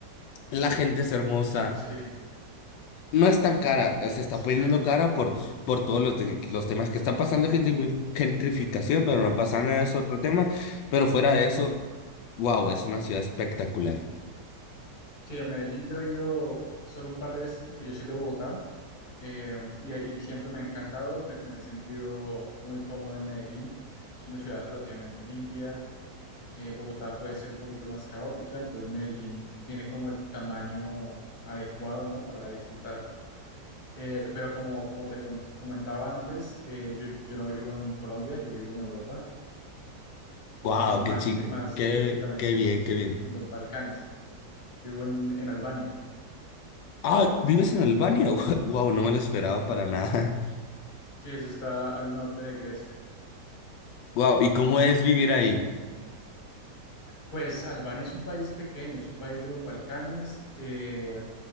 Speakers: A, on the left; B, on the left.
A: la gente es hermosa.
B: sí,
A: No es tan cara, eh, se está
B: sí,
A: poniendo
B: sí.
A: cara por, por todos los, te- los temas que está pasando, gentri- gentrificación, pero no pasa nada, es otro tema. Pero fuera de eso, wow, es una ciudad espectacular.
B: Sí, a Medellín yo he ido solo un par de veces porque yo soy de Bogotá eh, y, y siempre me ha encantado, me, me he sentido muy cómodo en Medellín. Es una ciudad relativamente limpia. eh, Bogotá puede ser un poquito más caótica, entonces Medellín tiene como el tamaño adecuado, ¿no? Para disfrutarla. Eh, pero como, como te con- comentaba antes, eh, yo, yo no vivo en Colombia, yo vivo en Europa, eh,
A: Wow, qué
B: más
A: chic,
B: que, más
A: qué,
B: específicamente
A: qué bien,
B: en,
A: qué bien.
B: en los Balcanes. Yo vivo en, en Albania.
A: Ah, ¿vives en Albania? <laughs> Wow, no me lo esperaba para nada.
B: Sí, eso está al norte de Grecia.
A: Wow, ¿y cómo es vivir ahí?
B: Pues Albania es un país pequeño, es un país de los Balcanes, eh,